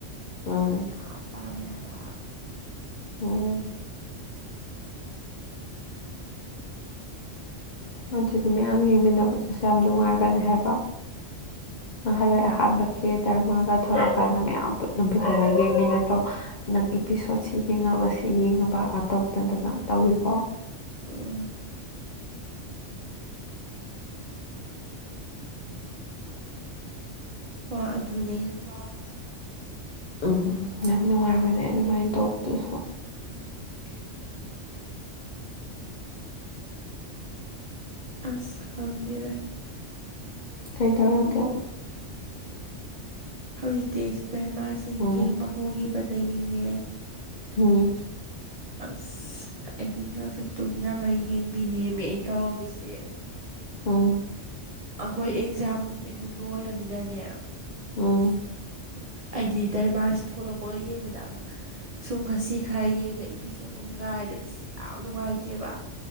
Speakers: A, on the left; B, on the right.
A: ꯎꯝ
B: ꯑꯗꯨ ꯌꯥꯝ ꯄꯥꯝꯃꯦ ꯍꯥꯏꯕ
A: ꯎꯝ ꯑꯗꯨꯗꯤ ꯃꯌꯥꯝ ꯌꯦꯡꯃꯤꯟꯅꯕꯗꯨꯁꯨ ꯌꯥꯝ ꯅꯨꯡꯉꯥꯏꯕꯅꯦ ꯍꯥꯏꯕ ꯅꯍꯜꯂꯋꯥꯏ ꯑꯍꯥꯟꯕ
B: ꯎꯝ
A: ꯀꯦ ꯙꯔꯃꯥꯒꯗ ꯄꯨꯊꯣꯔꯀꯥꯟꯗ ꯃꯌꯥꯝ ꯄꯨꯗꯨꯅ ꯌꯦꯡꯃꯤ ꯅꯠꯇ꯭ꯔꯣ ꯅꯪ ꯏꯄꯤꯁꯣꯠꯁꯤ ꯌꯦꯡꯉꯕ ꯁꯤ ꯌꯦꯡꯉꯕ ꯀ ꯈꯥ ꯇꯧꯗꯗꯅ ꯇꯧꯋꯤꯀꯣ
B: ꯎꯝ ꯍꯣꯏ ꯑꯗꯨꯅꯦ ꯑꯩꯅ ꯄꯥꯝꯃꯤꯁꯦ
A: ꯎꯝ ꯌꯥꯝ ꯅꯨꯡꯉꯥꯏꯕꯅꯦ ꯑꯗꯨꯃꯥꯏꯅ ꯇꯧꯕꯗꯨꯁꯨ
B: <inaudible> ꯑꯁ ꯈꯪꯗꯦꯗ
A: ꯀꯩꯗꯧꯔꯛꯒꯦ
B: ꯎꯝ ꯍꯧꯖꯤꯛꯇꯤ ꯑꯩꯁꯤ ꯙꯔꯃꯁꯤ
A: ꯎꯝ
B: ꯌꯦꯡꯕ ꯍꯧꯒꯤꯕꯗꯒꯤꯅꯦ
A: ꯎꯝ
B: ꯑꯁ ꯑꯍꯤꯡꯒꯥꯡꯁꯦ ꯇꯨꯝꯗꯔꯕ ꯌꯦꯡꯕꯤꯅꯦꯃꯤ ꯑ ꯇꯧꯔꯝꯃꯤꯁꯦ
A: ꯑꯝ
B: ꯑꯩꯍꯣꯏ ꯑꯦꯛꯖꯥꯝ ꯀꯩꯀꯩꯁꯨ ꯂꯣꯏꯔꯝꯃꯤꯅꯅꯦ
A: ꯎꯝ
B: ꯑꯩꯗꯤ ꯗꯙꯔꯃꯁꯤ ꯊꯣꯛꯂꯛꯄꯒ ꯌꯦꯡꯕꯗ ꯑꯃ ꯁꯨꯝ ꯉꯁꯤ ꯈꯔ ꯌꯦꯡꯉ ꯏꯄꯤꯁꯣꯠ ꯁꯨꯝ ꯉꯥꯏꯔꯦ ꯂꯩꯕꯁꯤ ꯌꯥꯝ ꯅꯨꯡꯉꯥꯏꯇꯦ ꯇꯦꯕ